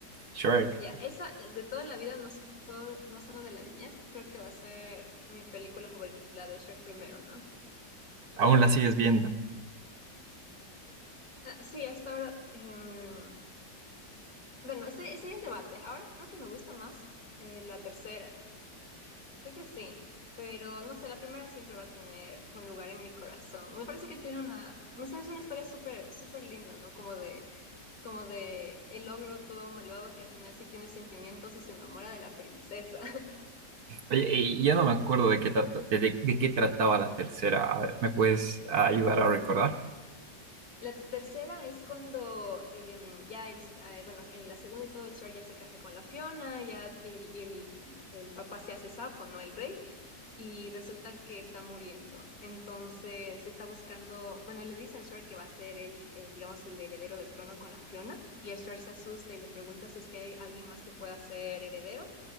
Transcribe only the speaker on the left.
Ya, esa eh, de toda la vida, no solo, no solo de la niñez, creo que va a ser mi película favorita, la de Shrek primero, ¿no?
Ah, sí, hasta ahora. em, bueno, estoy, estoy en debate. Ahora creo que me gusta más eh, la tercera. Creo que sí, pero no sé, la primera siempre va a tener un lugar en mi corazón. Me parece que tiene una, no sé, es una historia súper, súper linda, ¿no? Como de, como de el ogro todo malvado que al final sí tiene sentimientos y se enamora de la princesa.
<laughs>
La tercera es cuando em, ya, el, ah, bueno, en la segunda y todo, el Shrek ya se casa con la Fiona, ya el, el, el papá se hace sapo, ¿no? El rey. y resulta que está muriendo. Entonces está buscando, bueno, le dice al Shark que va a ser el, eh, digamos, el heredero del trono con la Fiona, y el Shark se asusta y le pregunta si es que hay alguien más que pueda ser heredero,